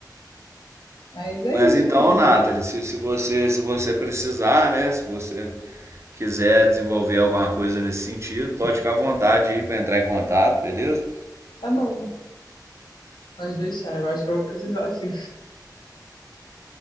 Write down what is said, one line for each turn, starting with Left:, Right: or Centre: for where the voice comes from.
Left: mas é
Right: Mas
Left: isso
Right: então,
Left: mesmo.
Right: Nathalie, se, se você, se você precisar, né? Se você quiser desenvolver alguma coisa nesse sentido, pode ficar à vontade aí para entrar em contato, beleza?
Left: Tá bom, pode deixar, eu acho que eu vou precisar, sim.